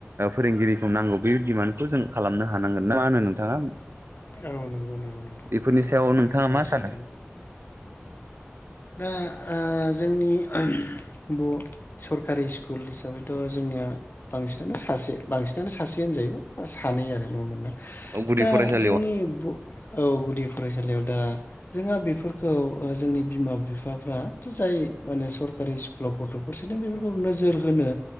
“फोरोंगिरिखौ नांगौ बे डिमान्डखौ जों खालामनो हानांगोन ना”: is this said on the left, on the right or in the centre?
Right